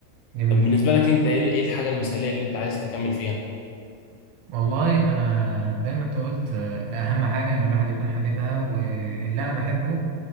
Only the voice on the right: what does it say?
جميل
جدا
والله أنا زي ما أنت قلت آه، أهم حاجة إن الواحد يكون حبيبها واللي أنا بحبه